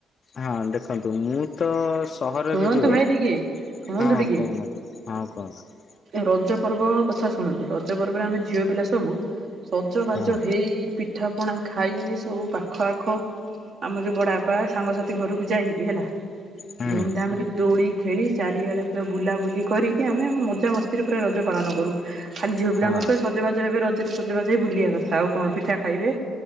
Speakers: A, on the left; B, on the right.
A: ହଁ ଦେଖନ୍ତୁ ମୁଁ ତ ସହରରେ
B: ଶୁଣନ୍ତୁ
A: ରୁହେ,
B: ଭାଇ ଟିକେ
A: ହଁ
B: ଶୁଣନ୍ତୁ ଟିକେ
A: କହୁନାହାନ୍ତି ହଁ କୁହନ୍ତୁ।
B: ରଜ ପର୍ବ କଥା ଶୁଣନ୍ତୁ ରଜ ପର୍ବରେ ଆମେ ଝିଅ ପିଲା ସବୁ ସଜବାଜ
A: ହଁ
B: ହେଇ ପିଠାପଣା ଖାଇ ସବୁ ପାଖ ଆଖ ଆମ ଯଉ ବଡ଼ାବାପା ସାଙ୍ଗସାଥି ଘରକୁ ଯାଇକି ହେଲା
A: ହୁଁ
B: ଧୁମ୍ ଧାମ୍ ରେ ଦୋଳି ଖେଳି ଚାରିଆଡେ ପୁରା ବୁଲାବୁଲି କରିକି ଆମେ ମଜା ମସ୍ ସ୍ତି ପୁରା ରଜ ପାଳନ କରୁ ଖାଲି ଝିଅ
A: ହଁ
B: ପିଲାଙ୍କର ତ ସଜବାଜ ହେବେ ରଜ ତିରେ ସଜବାଜ ହେଇ ବୁଲିବା କଥା ଆଉ କଣ ପିଠା ଖାଇବେ